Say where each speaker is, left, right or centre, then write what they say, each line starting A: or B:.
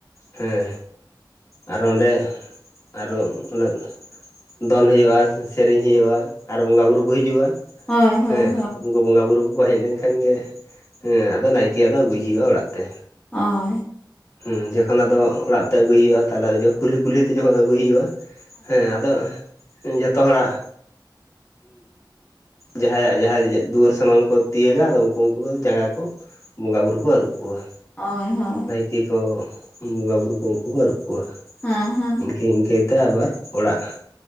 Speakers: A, on the left; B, on the left.
A: ᱦᱮᱸ ᱟᱨᱚ ᱚᱸᱰᱮ ᱟᱨᱚ ᱩᱱᱟᱹᱜ ᱫᱚᱱ ᱦᱳᱭᱳᱜᱼᱟ ᱥᱮᱨᱮᱧ ᱦᱩᱭᱩᱜᱼᱟ ᱟᱨ ᱵᱚᱸᱜᱟ ᱵᱩᱨᱩ ᱠᱚ ᱦᱤᱡᱩᱜᱼᱟ
B: ᱦᱳᱭ ᱦᱳᱭ
A: ᱩᱸᱜ
B: ᱦᱳᱭ
A: ᱩᱝᱠᱩ ᱵᱚᱸᱜᱟ ᱵᱩᱨᱩ ᱠᱚᱠᱚ ᱦᱮᱡ ᱞᱮᱱ ᱠᱷᱟᱱ ᱜᱮ ᱦᱮᱸ ᱟᱫᱚ ᱱᱟᱭᱠᱮ ᱟᱫᱚ ᱟᱹᱜᱩᱭᱮ ᱦᱩᱭᱩᱜᱼᱟ ᱚᱲᱟᱜ ᱛᱮ᱾
B: ᱦᱳᱭ᱾
A: ᱦᱮᱸ ᱡᱚᱠᱷᱚᱱ ᱟᱫᱚ ᱚᱲᱟᱜ ᱛᱮ ᱟᱹᱜᱩᱭ ᱦᱩᱭᱩᱜᱼᱟ ᱛᱟᱦᱞᱮ ᱠᱩᱞᱦᱤ ᱠᱩᱞᱦᱤ ᱛᱮ ᱡᱚᱠᱷᱚᱡ ᱟᱹᱜᱩᱭ ᱦᱩᱭᱩᱜᱼᱟ ᱦᱮᱸ ᱟᱫᱚ ᱡᱷᱚᱛᱚ ᱦᱚᱲᱟᱜ ᱡᱟᱦᱟᱸᱭᱟᱜ ᱡᱟᱦᱟᱸᱭ ᱫᱩᱣᱟᱹᱨ ᱥᱟᱢᱟᱝ ᱠᱚ ᱛᱤᱭᱟᱹᱜᱟ ᱟᱫᱚ ᱩᱱᱠᱩ ᱩᱱᱠᱩ ᱡᱟᱸᱜᱟ ᱠᱚ ᱵᱚᱸᱜᱟ ᱵᱩᱨᱩ ᱠᱚ ᱟᱹᱨᱩᱵ ᱠᱚᱣᱟ᱾
B: ᱦᱳᱭ ᱦᱳᱭ᱾
A: ᱠᱮ ᱠᱚ ᱵᱚᱸᱜᱟᱵᱩᱨᱩ ᱠᱚ ᱩᱝᱠᱩ ᱠᱚ ᱟᱨᱩᱵ ᱠᱚᱣᱟ᱾
B: ᱦᱮᱸ ᱦᱮᱸ
A: ᱤᱝᱠᱟᱹ ᱤᱝᱠᱟᱹ ᱛᱮ ᱟᱵᱟᱨ ᱚᱲᱟᱜ